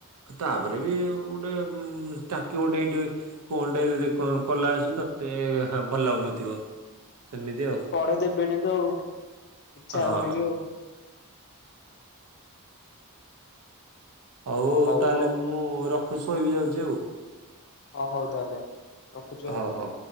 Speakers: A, on the right; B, on the left.
A: ତାପରେ ବି ଆଉ ଗୋଟେ ଉ ଷ୍ଟାଚୁ ଗୋଟେ ଏଇଟି। କୋଣ ଟେ ଯଦି କଲା ଆସି ତତେ ଭଲ ଲାଗୁନଥିବ ସେମିତି ଆଉ।
B: ପଢେଇ ଦେବେନି ତ ଆଉ ଇଚ୍ଛା
A: ହଁ।
B: ହବନି ବି ଆଉ।
A: ହଉ
B: ହଁ
A: ତାହେଲେ
B: ଆଉ
A: ମୁଁ ରଖୁଛି ଶୋଇବି ଯାଉଛି ଆଉ।
B: ଓହୋ ହଉ ତାହେଲେ ରଖୁଛିୁ ଆଉ।
A: ହଉ ହଉ।